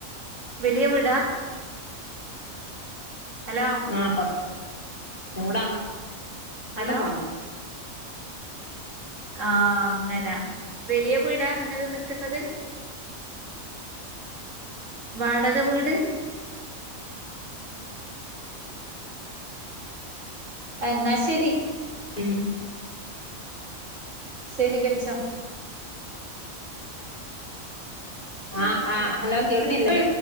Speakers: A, on the right; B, on the left.
A: വെലിയ വിടാ? ഹലോ?
B: ആ കൊറച്ച്കൂടങ്ങണ്ട്
A: ഹലോ
B: പോണം
A: ആഹ അങ്ങനാ വെലിയ വീടാ നിങ്ങള് നിക്ക്ന്നത്? വാടക വീട്? എന്നാശെരി
B: ഉം
A: ശെരി വെച്ചൊ
B: ആഹ് ആ് ഹലോ കേക്കണില്ലേ?